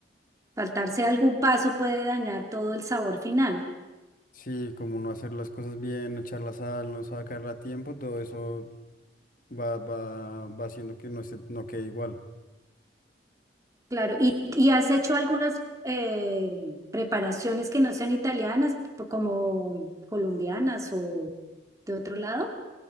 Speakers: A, on the right (about 20°); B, on the left (about 50°).
A: saltarse algún paso puede dañar todo el sabor final.
B: Sí, como no hacer las cosas bien, no echar la sal, no sacarla a tiempo, todo eso va, va, va haciendo que no, esté- no quede igual.
A: Claro, y, y has hecho algunas eh, preparaciones que no sean italianas, p- como colombianas o de otro lado.